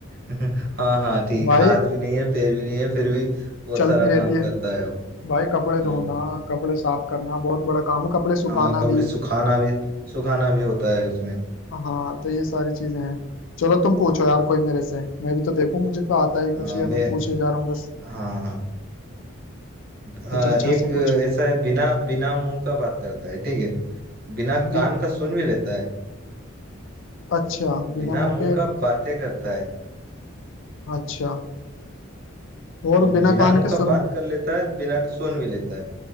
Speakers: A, on the right; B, on the left.
A: <laughs> हाँ हाँ ठीक
B: भाई
A: हाथ भी नहीं है पैर भी नहीं है फिर भी बहुत
B: चलती
A: सारा
B: रहती
A: काम
B: है
A: करता है वो
B: भाई कपड़े धोना
A: हाँ
B: कपड़े साफ करना बहुत बड़ा काम है कपड़े सुखाना
A: हाँ कपड़े
B: भी
A: सुखाना भी सुखाना भी होता है उसमें
B: हाँ तो ये सारी चीजें हैं चलो तुम पूछो यार कोई मेरे से मैं भी तो देखूं मुझे तो आता ही कुछ
A: हाँ
B: ही है
A: मैं
B: मैं पूछे जा रहा हूँ बस
A: हाँ हाँ आ,
B: कुछ अच्छा
A: एक
B: सा कुछ
A: ऐसा है बिना बिना मुंह का बात करता है ठीक है बिना
B: बि,
A: कान का सुन भी लेता है
B: अच्छा बिना
A: बिना
B: मुंह
A: मुंह
B: के
A: का बातें करता है
B: अच्छा
A: हम्म
B: और बिना
A: बिना
B: कान
A: मुंह
B: के सुन
A: का बात कर लेता है बिना सुन भी लेता है